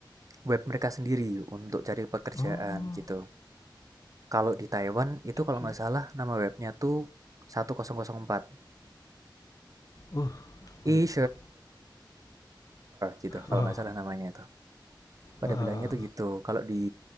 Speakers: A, on the right; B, on the left.
A: web mereka sendiri untuk cari pekerjaan
B: Oh,
A: gitu. Kalau di Taiwan itu kalau
B: oke.
A: nggak salah nama webnya tuh 1004
B: Uh,
A: e
B: unik tuh.
A: gitu kalau
B: Oh,
A: nggak salah namanya itu. Pada
B: heeh.
A: bilangnya tuh gitu. Kalau di